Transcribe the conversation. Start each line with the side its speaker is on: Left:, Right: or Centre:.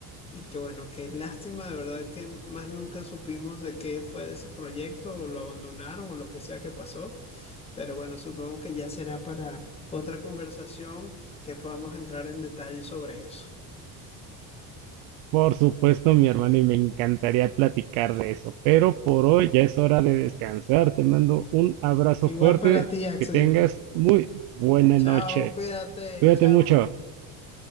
Left: Y que bueno, qué lástima de verdad que más nunca supimos de qué fue de ese proyecto o lo abandonaron o lo que sea que pasó. Pero bueno, supongo que ya será para otra conversación que podamos entrar en detalle sobre eso.
Right: Por supuesto, mi hermano, y me encantaría platicar de eso, pero por hoy ya es hora de descansar. Te mando un abrazo
Left: Igual
Right: fuerte,
Left: para ti, Axel.
Right: que tengas muy buena noche.
Left: Chao, cuídate,
Right: Cuídate
Left: chao.
Right: mucho.